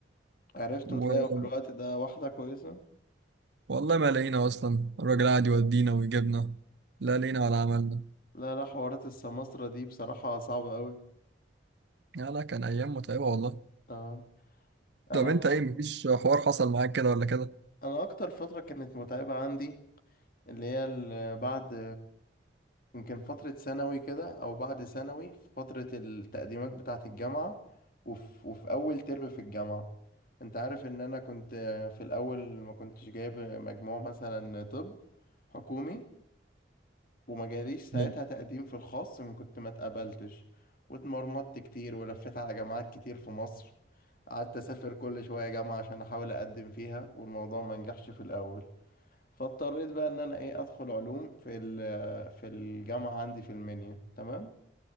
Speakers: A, on the left (about 50°); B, on the right (about 65°).
A: عرفت
B: بقى
A: تلاقوا في الوقت ده واحدة كويسة
B: والله ما لقينا اصلا الراجل قاعد يودينا ويجيبنا لا لقينا ولا عملنا
A: لا لا حوارات السماسرة دي بصراحة صعبة قوي
B: لا لا كان ايام متعبه والله
A: اه انا
B: طب انت ايه مفيش حوار حصل معاك كده ولا كده
A: انا اكتر فترة كانت متعبة عندي اللي هي ال- بعد يمكن فترة ثانوي كده او بعد ثانوي في فترة التقديمات بتاعة الجامعة وفي, وفي اول ترم في الجامعة انت عارف ان انا كنت في الاول ما كنتش جايب مجموع مثلا طب حكومي وما جاليش ساعتها
B: لا.
A: تقديم في الخاص من كنت ما اتقبلتش واتمرمطت كتير ولفيت على جامعات كتير في مصر قعدت اسافر كل شوية جامعة عشان احاول اقدم فيها والموضوع ما نجحش في الاول فاضطريت بقى ان انا ايه ادخل علوم في ال- في الجامعة عندي في المنيا تمام